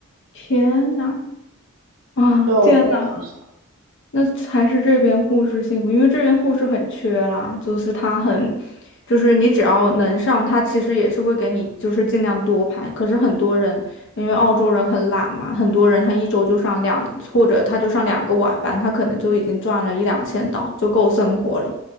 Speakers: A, on the left; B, on the right.
A: 天呐，啊，
B: 就就很少。
A: 天呐，那还是这边护士幸福，因为这边护士很缺啦，就是他很，就是你只要能上，他其实也是会给你就是尽量多排。可是很多人，因为澳洲人很懒嘛，很多人他一周就上两，或者他就上两个晚班，他可能就已经赚了一两千刀，就够生活了，